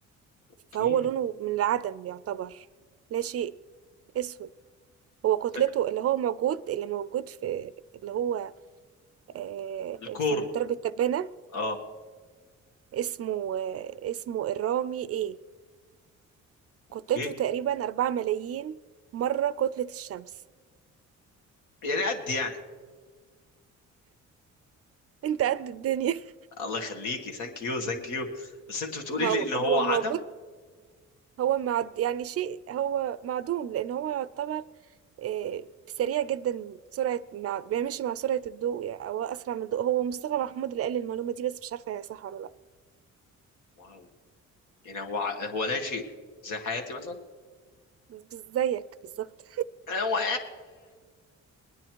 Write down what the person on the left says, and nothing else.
اوكي
ف-
الكور
اه
اوكي
يعني قد يعني
الله يخليكي ثانك يو ثانك يو بس انت بتقولي
لي ان هو
عدم
واو يعني هو ع- هو لا شيء زي حياتي مثلا
<laughs> هو-